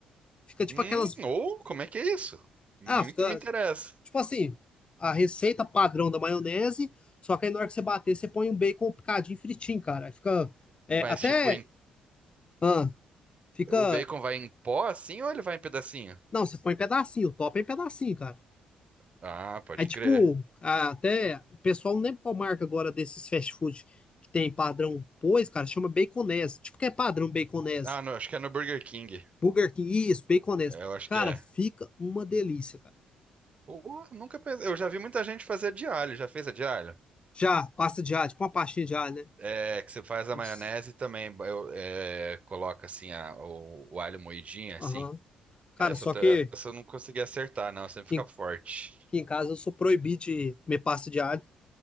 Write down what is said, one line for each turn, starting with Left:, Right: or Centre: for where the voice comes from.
Left: Fica tipo
Right: Hum,
Left: aquelas,
Right: ou como é que é isso? Muito
Left: ah, fica
Right: me interessa.
Left: Tipo assim, a receita padrão da maionese, só que aí na hora que você bater, você põe um bacon picadinho fritinho, cara. Aí fica é,
Right: Mas,
Left: até.
Right: tipo, em-
Left: ah, fica.
Right: o bacon vai em pó assim ou ele vai em pedacinho?
Left: Não, você põe em pedacinho, top é em pedacinho, cara.
Right: Ah, pode
Left: Aí, tipo,
Right: crer.
Left: ah, até. O pessoal não lembra qual marca agora desses fast food que tem padrão pois, cara, chama baconese. Tipo, que é padrão baconese.
Right: Ah, não, acho que é no Burger King.
Left: Burger King, isso, baconese.
Right: É, eu acho
Left: Cara,
Right: que é.
Left: fica uma delícia, cara.
Right: Pô, nunca pensei. Eu já vi muita gente fazer de alho. Já fez a de alho?
Left: Já, pasta de alho, tipo uma pastinha de alho, né?
Right: É, que você faz a
Left: Nossa.
Right: maionese também. eu- é, coloca assim a- o, o alho moidinho, assim.
Left: Aham. Cara,
Right: Essa,
Left: só
Right: eu tô-
Left: que.
Right: essa eu não consegui acertar, não. Sempre
Left: Aqui
Right: fica forte.
Left: que em casa eu sou proibido de comer pasta de alho.